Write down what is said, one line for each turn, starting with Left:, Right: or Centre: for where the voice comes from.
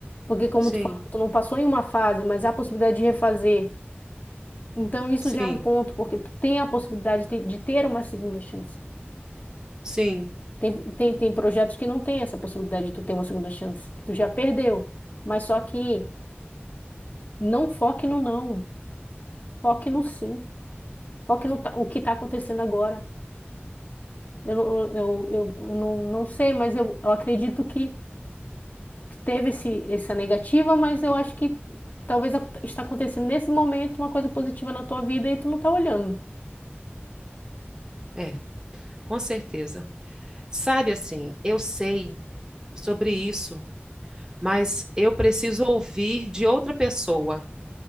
Left: Porque como
Right: Sim,
Left: tu falou, tu não passou em uma fase, mas há a possibilidade de refazer. Então isso
Right: sim,
Left: já é um ponto, porque tu tem a possibilidade de ter de ter uma segunda chance.
Right: sim.
Left: Tem, tem, tem projetos que não tem essa possibilidade de tu ter uma segunda chance, que tu já perdeu. Mas só que não foque no não, foque no sim, foque no ta- o que está acontecendo agora. Eu, eu, eu, eu não, não sei, mas eu, eu acredito que teve esse, essa negativa, mas eu acho que talvez ac- está acontecendo nesse momento uma coisa positiva na tua vida e tu não tá olhando.
Right: É. Com certeza. Sabe assim, eu sei sobre isso, mas eu preciso ouvir de outra pessoa